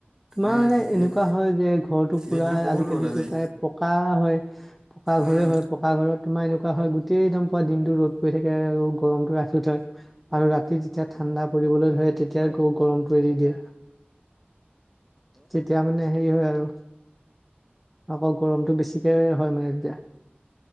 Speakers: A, in the centre; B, on the right.
A: তোমাৰ
B: উম
A: মানে এনেকুৱা
B: দিন
A: হয় যে ঘৰটো পুৰা
B: দিনটো বহুত
A: আজিকালিটো
B: ৰ'দ আজি
A: প্ৰায় পকা হয় পকা পকা
B: উম
A: ঘৰে হয় পকা ঘৰত তোমাৰ এনে হয় গোটেই দম পোৱা দিনটো ৰ'দ পৰি থাকে আৰু গৰমটো ৰাখি হয় আৰু ৰাতি যেতিয়া ঠাণ্ডা ফুৰিবলৈ ধৰে তেতিয়া আকৌ গৰমটোৱে এৰি দিয়ে। তেতিয়া মানে হেৰি হয় আৰু। আকৌ গৰমটো বেছিকে হয় মানে তেতিয়া।